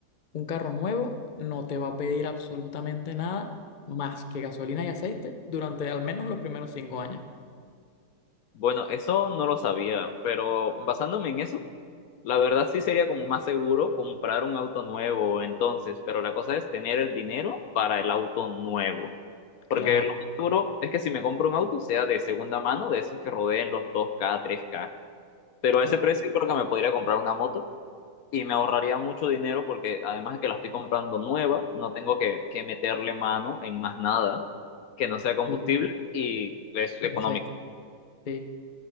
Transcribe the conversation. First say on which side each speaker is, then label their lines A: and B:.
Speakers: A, on the left; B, on the left.
A: un carro nuevo no te va a pedir absolutamente nada más que gasolina y aceite durante al menos los primeros cinco años.
B: bueno, eso no lo sabía, pero basándome en eso, la verdad sí sería como más seguro comprar un auto nuevo entonces, pero la cosa es tener el dinero para el auto nuevo. Porque
A: Claro,
B: lo más seguro es que si me compro un auto sea de segunda mano, de esos que rodeen los dos k tres k Pero a
A: claro.
B: ese precio creo que me podría comprar una moto y me ahorraría mucho dinero porque además de que la estoy comprando nueva, no tengo que, que meterle mano en más nada que no sea combustible
A: Sí,
B: y es
A: y
B: económico.
A: aceite, sí.